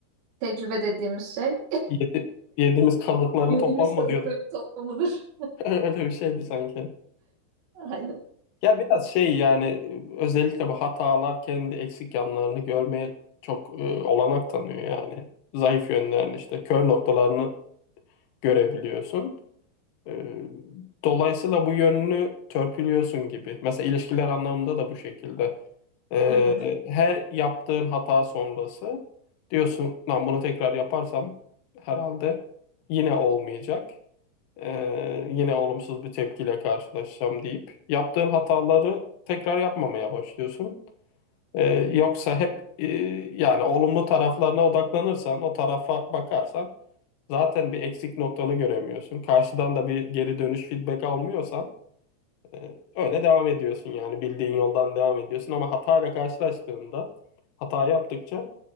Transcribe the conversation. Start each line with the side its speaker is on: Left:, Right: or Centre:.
Right: tecrübe dediğimiz şey
Left: yedi, yediğimiz kazıkların
Right: yediğimiz
Left: toplanma
Right: kazıkların
Left: diyorduk.
Right: toplamıdır.
Left: <laughs> Öyle bir şeydi sanki.
Right: <laughs> Aynen.
Left: Ya biraz şey yani özellikle bu hatalar kendi eksik yanlarını görmeye çok e, olanak tanıyor yani. Zayıf yönlerini işte kör noktalarını görebiliyorsun. Ee, Dolayısıyla bu yönünü törpülüyorsun gibi. Mesela ilişkiler anlamında da bu şekilde. Ee,
Right: Hı hı.
Left: her yaptığın hata sonrası diyorsun, lan bunu tekrar yaparsam herhalde yine olmayacak. Ee, yine olumsuz bir tepkiyle karşılaşacağım deyip yaptığın hataları tekrar yapmamaya başlıyorsun. Ee, yoksa hep e, yani olumlu taraflarına odaklanırsan, o tarafa bakarsan zaten bir eksik noktanı göremiyorsun. Karşıdan da bir geri dönüş feedback almıyorsan e, öyle devam ediyorsun yani bildiğin yoldan devam ediyorsun ama hatayla karşılaştığında hata yaptıkça